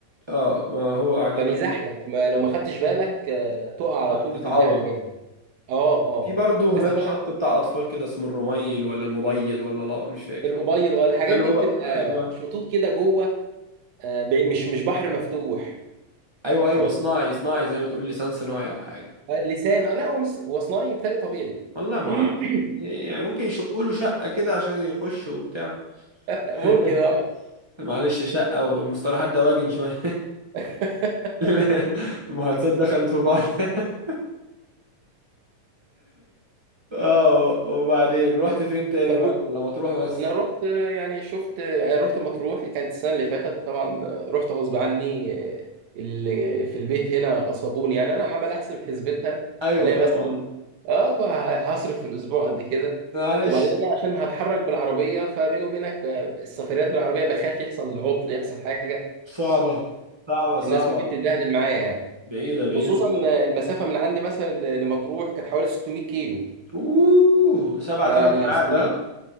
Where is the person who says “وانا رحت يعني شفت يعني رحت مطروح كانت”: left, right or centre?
Right